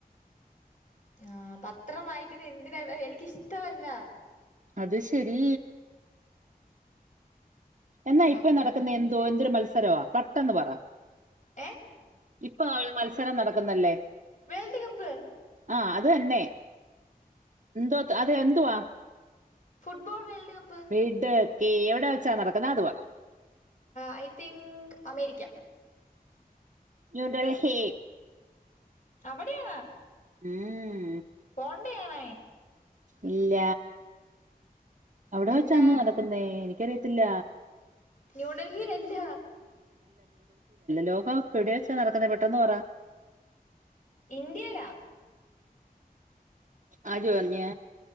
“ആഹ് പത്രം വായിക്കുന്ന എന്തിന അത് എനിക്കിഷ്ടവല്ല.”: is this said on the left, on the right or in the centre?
Left